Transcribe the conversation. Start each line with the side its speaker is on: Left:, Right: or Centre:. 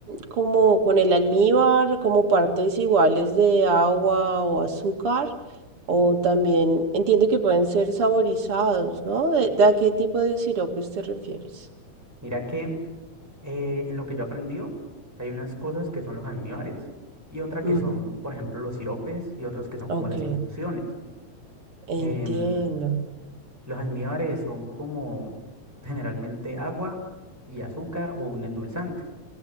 Right: como con el almíbar, como partes iguales de agua o azúcar, o también entiendo que pueden ser saborizados, ¿no? ¿De, de a qué tipo de siropes te refieres?
Centre: Mira que eh, en lo que yo he aprendido, hay unas cosas que son los almíbares y otra que
Right: Ujú,
Centre: son, por ejemplo, los siropes y otros que son
Right: Ok,
Centre: como las infusiones.
Right: entiendo.
Centre: Em, los almíbares son como generalmente agua y azúcar o un endulzante.